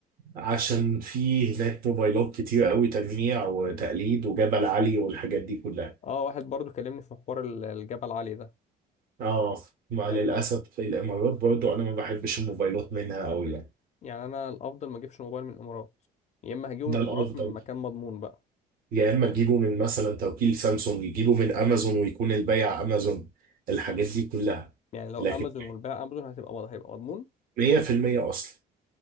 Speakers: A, on the right; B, on the left.
A: عشان في هناك موبايلات كتير قوي تجميع وتقليد وجبل علي والحاجات دي كلها
B: اه واحد برضه كلمني في محور ال- الجبل العالي ده
A: اه مع
B: يعني
A: للأسف في الإمارات برضو أنا ما بحبش الموبايلات منها قوي يعني
B: يعني انا الافضل ما اجيبش موبايل من الامارات يا اما هجيبه
A: ده
B: من الامارات
A: الأفضل
B: من مكان مضمون بقى
A: يا اما تجيبه من مثلا توكيل سامسونج يجيبه من امازون ويكون البيع امازون الحاجات دي كلها
B: يعني لو
A: لكن
B: امازون والبيع امازون هتبقى مض- هيبقى مضمون
A: 100% اصلي